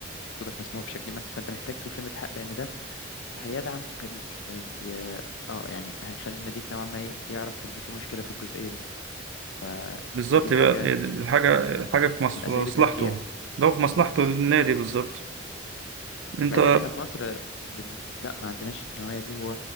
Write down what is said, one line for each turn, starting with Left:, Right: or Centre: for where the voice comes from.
Left: صوتك مسموع بشكل ما فانت محتاج تقول كلمه الحق لان ده هيدعم ناديك هي اه يعني هيخلي ناديك نوعا ما إيه، يعرف ان في مشكله في الجزئيه دي ف...
Right: بالظبط
Left: فدي
Right: يبقى
Left: حاجه
Right: حاجة حاجة في مص-
Left: من
Right: في
Left: اساليب
Right: مصلحته
Left: التشجيع
Right: لو في
Left: بالظبط
Right: مصلحته النادي بالظبط انت
Left: بعيدا ان احنا في مصر بن... لا ما عندناش النوعيه دي وهو